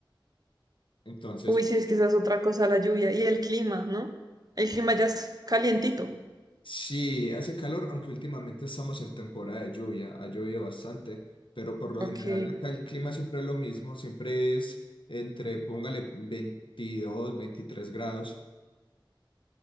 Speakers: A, on the left (about 70°); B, on the right (about 45°).
A: Entonces,
B: Uy, sí, es que esa es otra cosa, la lluvia y el clima, ¿no? El clima ya es calientito.
A: sí, hace calor, aunque últimamente estamos en temporada de lluvia, ha llovido bastante, pero por lo
B: Ok.
A: general acá el clima siempre es lo mismo, siempre es entre, póngale veintidós veintitrés grados.